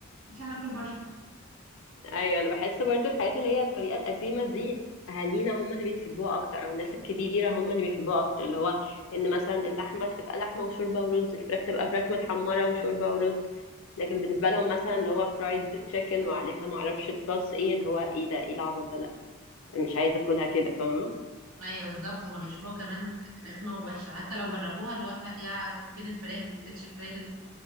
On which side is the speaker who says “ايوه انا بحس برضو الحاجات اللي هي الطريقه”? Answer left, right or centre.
Left